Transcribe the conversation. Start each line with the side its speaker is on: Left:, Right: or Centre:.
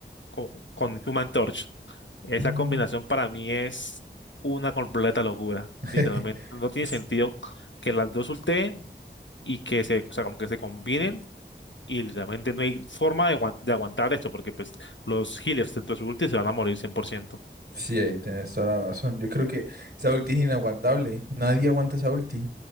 Left: con, con Human Torch. Esa
Right: Mm.
Left: combinación para mí es una completa locura.
Right: <laughs>
Left: Literalmente, no tiene
Right: Es-
Left: sentido que las dos ulteen y que se, o sea, como que se combinen y literalmente no hay forma de, aguan- de aguantar esto porque pues los healers dentro de su ulti se van a morir cien por ciento
Right: Sí, ahí tienes toda la razón. Yo creo que esa ulti es inaguantable. Nadie aguanta esa ulti.